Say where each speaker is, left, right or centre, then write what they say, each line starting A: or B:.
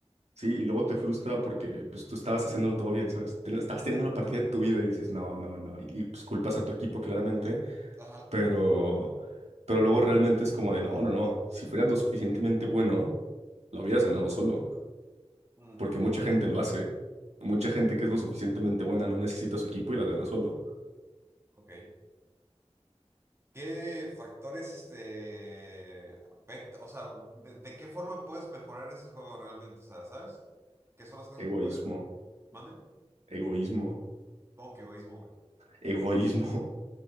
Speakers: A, on the right; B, on the right.
A: Sí, y luego te frustra porque pues tú estabas haciéndolo todo bien, ¿sabes? Te- Estabas teniendo la partida de tu vida y dices, no, no, no, y, y, pues culpas a tu equipo claramente,
B: Ajá,
A: pero, pero luego realmente es como de, no, no, no, si fueras lo suficientemente bueno, lo hubieras ganado solo,
B: mm,
A: porque mucha gente lo hace, mucha gente que es lo suficientemente buena no necesita su equipo y las gana solo.
B: ok. ¿Qué factores, este, afecta? O sea, ¿de, de qué forma puedes mejorar ese juego realmente? O sea, ¿sabes? ¿Qué son las cosas
A: Egoísmo,
B: que podrías ¿Mande?
A: egoísmo,
B: ¿Cómo que egoísmo, güey?
A: egoísmo. <laughs>